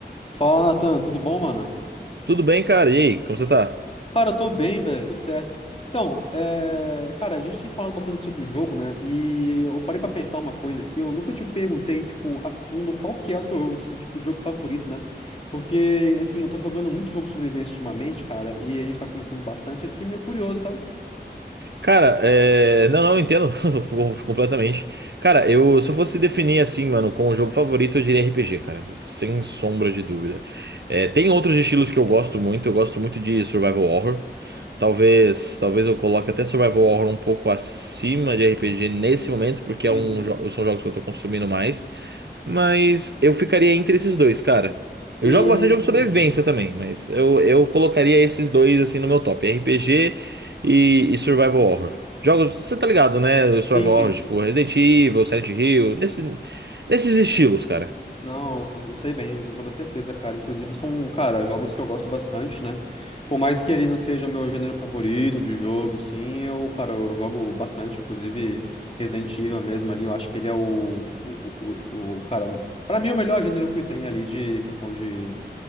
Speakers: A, on the left; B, on the right.
A: Fala, Natan, tudo bom, mano?
B: Tudo bem, cara? E aí, como você tá?
A: Cara, eu tô bem, velho, tudo certo. Então, é... cara, a gente tem falado bastante sobre o jogo, né? E eu parei pra pensar uma coisa aqui. Eu nunca te perguntei, tipo, a fundo qual que é o teu, tipo, de jogo favorito, né? Porque, assim, eu tô jogando muito jogo de sobrevivência ultimamente, cara, e a gente tá conversando bastante. Eu fiquei meio curioso, sabe?
B: Cara, é... não, não, eu entendo <laughs> com- completamente. Cara, eu se eu fosse definir assim, mano, como jogo favorito, eu diria RPG, cara, sem sombra de dúvida. É, tem outros estilos que eu gosto muito, eu gosto muito de survival horror. Talvez, talvez eu coloque até survival horror um pouco acima de RPG nesse momento, porque
A: Uhum.
B: é um jo- são jogos que eu tô consumindo mais. Mas eu ficaria entre esses dois, cara. Eu
A: Hum,
B: jogo bastante
A: entendi.
B: jogo de sobrevivência também, mas eu, eu colocaria esses dois assim no meu top. RPG e, e Survival Horror. Jogos, você tá ligado, né? Survival
A: Sim, sim.
B: Horror, tipo Resident Evil, Silent Hill, nesse, nesses estilos, cara.
A: Não, eu tô- eu sei bem, com toda certeza, cara. Inclusive são, cara, jogos que eu gosto bastante, né? Por mais que ele não seja meu gênero favorito de jogo, sim, eu, cara, eu jogo bastante, inclusive Resident Evil mesmo ali, eu acho que ele é o, o, o, o- cara, pra mim o melhor gênero que tem ali de questão de